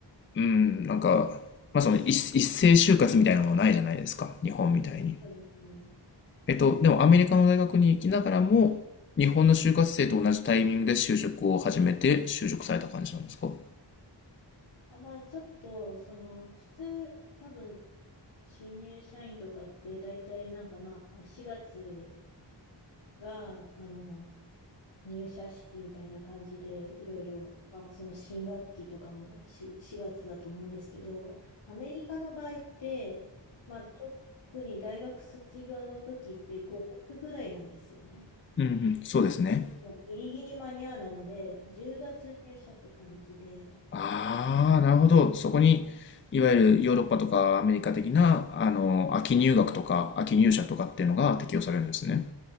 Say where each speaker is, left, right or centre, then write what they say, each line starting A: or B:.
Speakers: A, on the left; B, on the left.
A: うん、なんか、まあその一、一斉就活みたいなのがないじゃないですか。日本みたいに。
B: そうですね。
A: えっと、でもアメリカの大学に行きながらも、日本の就活生と同じタイミングで就職を始めて就職された感じなんですか
B: あ、まあちょっと、その、普通、多分、新入社員とかって大体なんかまあ4月が、あの、入社式みたいな感じで、いろいろ、まあ、その新学期とかもし4月だと思うんですけど、アメリカの場合って、まあ、特に大学卒業の時って5月ぐらいなんですよね。
A: うんうん、そうですね。
B: なので、ギリギリ間に合わないので、10月入社って感じで、
A: ああ、なるほど。そこに、いわゆるヨーロッパとかアメリカ的な、
B: で、って
A: あの、秋入学とか秋入社とかっていうのが適用されるんですね。